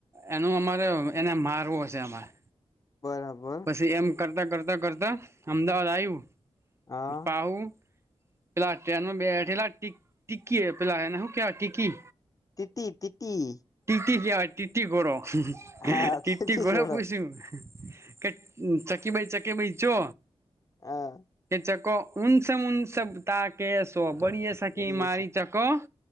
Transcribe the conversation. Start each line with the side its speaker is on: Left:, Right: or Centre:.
Right: એનું અમારે એને મારવો હશે અમારે,
Left: બરાબર
Right: પછી એમ કરતા કરતા કરતા અમદાવાદ આવ્યું
Left: હા
Right: પાહુ પેલા ટમાં બેઠેલા ટી ટીકી પેલા એને શું કવા ટીકી,
Left: તિટી તીટી
Right: તીતી તીતી ખોડો
Left: હા
Right: તીતી
Left: તીટી
Right: ખોડે
Left: ઘોડો
Right: પૂછ્યું, કે ચકી ભાઈ ચકી ભાઈ ચો
Left: હા
Right: ચાકો સબ તા કે શો બળ શકી
Left: બની
Right: મારી
Left: જશે
Right: ચકો